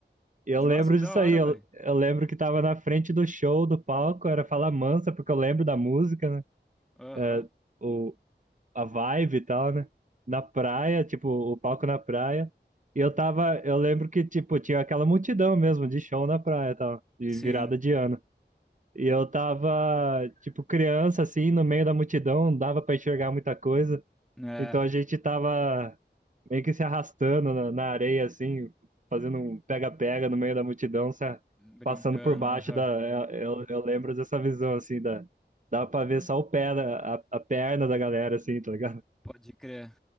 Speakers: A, on the right (about 45°); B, in the centre.
A: E eu
B: Nossa,
A: lembro
B: que
A: disso
B: da hora,
A: aí, eu,
B: velho.
A: eu lembro que tava na frente do show, do palco, era Fala Mansa, porque eu lembro da música, né?
B: Aham.
A: é, o, a vibe e tal, né? Na praia, tipo, o palco na praia. E eu tava, eu lembro que, tipo, tinha aquela multidão mesmo de show na praia e tal, de
B: Sim,
A: virada de ano. E eu tava, tipo, criança, assim, no meio da multidão, não dava pra enxergar muita coisa.
B: né?
A: Então a gente tava meio que se arrastando na, na areia, assim, fazendo um pega-pega no meio da multidão, sa-
B: Brincando,
A: passando por baixo
B: aham.
A: da. Eu, eu- eu lembro dessa visão, assim, da. Dava pra ver só o pé, da- a, a perna da galera, assim, tá ligado? <laughs>
B: Pode crer.